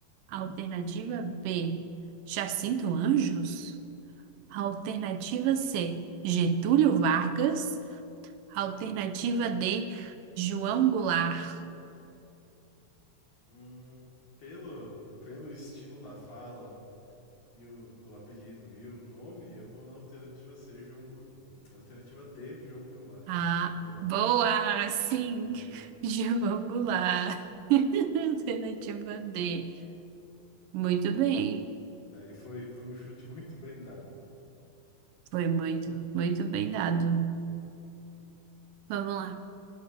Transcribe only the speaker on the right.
Alternativa B, Jacinto Anjos. Alternativa C, Getúlio Vargas. Alternativa D, João Goulart.
Ah,
boa! Sim,
<laughs> João Goulart. <laughs> Alternativa D. Muito
bem.
Foi muito, muito bem dado. Vamos lá.